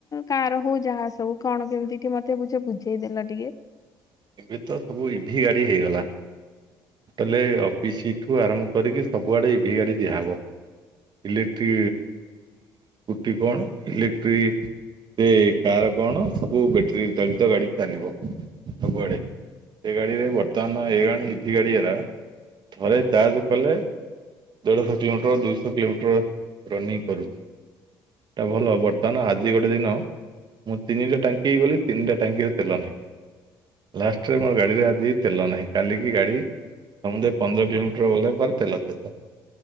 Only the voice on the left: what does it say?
କାର ହଉ ଯାହା ସବୁ କଣ କେମିତି କିେ ମତେ ବୁଝ ବୁଝ ସେଇ ଦେଲା ଟିକେ